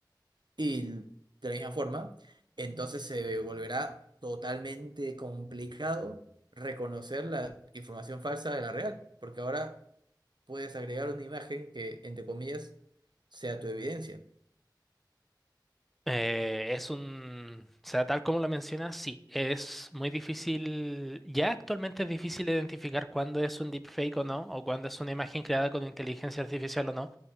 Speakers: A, on the right (about 70°); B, in the centre.
A: y de la misma forma, entonces se volverá totalmente complicado reconocer la información falsa de la real, porque ahora puedes agregar una imagen que, entre comillas, sea tu evidencia.
B: Eh, es un, o sea, tal como lo mencionas, sí, es muy difícil, ya actualmente es difícil identificar cuándo es un deepfake o no, o cuándo es una imagen creada con inteligencia artificial o no.